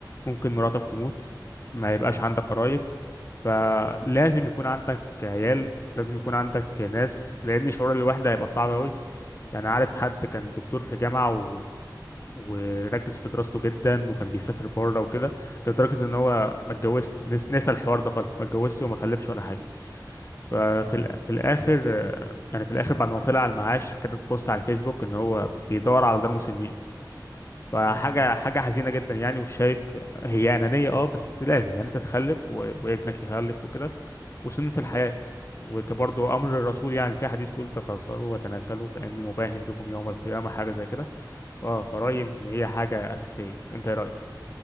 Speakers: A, on the left; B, on the right.
A: ممكن مراتك تموت ما يبقاش عندك قرايب فلازم يكون عندك عيال لازم يكون عندك ناس لأن شعور الوحدة هيبقى صعب أوي يعني عارف
B: امم
A: حد كان دكتور في جامعة و... وركز في دراسته جدا وكان بيسافر بره وكده لدرجة ان هو ما اتجوزش نس... نسى الحوار ده خالص ما اتجوزش وما خلفش ولا حاجة ففي
B: اه
A: ال... في الآخر آه، يعني في الآخر بعد ما طلع على المعاش كتب بوست على الفيسبوك ان هو بيدور على دار مسنين فحاجة
B: امم.
A: حاجة حزينة جدا يعني وشايف هي أنانية اه بس لازم يعني انت تخلف و... وابنك يخلف وكده وسنة
B: امم
A: الحياة وكبرضه أمر الرسول يعني في حديث بيقول تكاثروا وتناسلوا فإن مباهم بكم يوم القيامة حاجة زي كده ف... فرأيي
B: امم
A: إن هي حاجة أساسية انت ايه رأيك؟